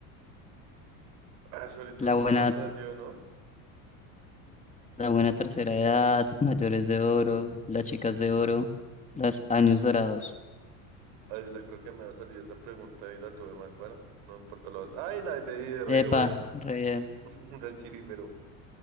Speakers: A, on the right; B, on the left.
A: Ah, eso ahorita
B: La
A: s-
B: buena,
A: no salió, ¿no?
B: la buena tercera edad, mayores de oro, las chicas de oro, los años dorados.
A: Ahorita creo que me ha salido esa pregunta y la tuve mal. Bueno, no me importa la otra. Ay, la leí de re
B: Epa,
A: buenas.
B: re bien.
A: <laughs> Re chiribero.